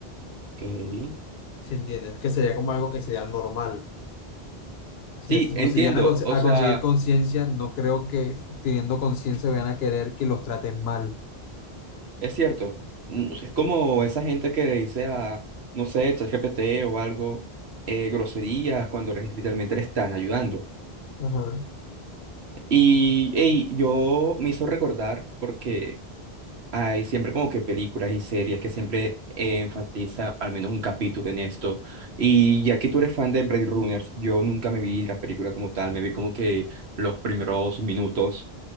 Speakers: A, on the right; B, on the left.
A: Ok.
B: Si entiendes, que sería como algo que sería normal. Si,
A: Sí,
B: es-
A: entiendo.
B: pues, si llegan a, cons-
A: O
B: a
A: sea,
B: conseguir conciencia, no creo que teniendo conciencia vayan a querer que los traten mal.
A: es cierto. Mm, Es como esa gente que le dice a, no sé, ChatGPT o algo, eh, groserías cuando re- literalmente le están ayudando.
B: Ajá,
A: Y hey, yo me hizo recordar porque Hay siempre como que películas y series que siempre eh, enfatiza al menos un capítulo en esto. Y ya que tú eres fan de Blade Runners, yo nunca me vi la película como tal, me vi como que los primeros minutos,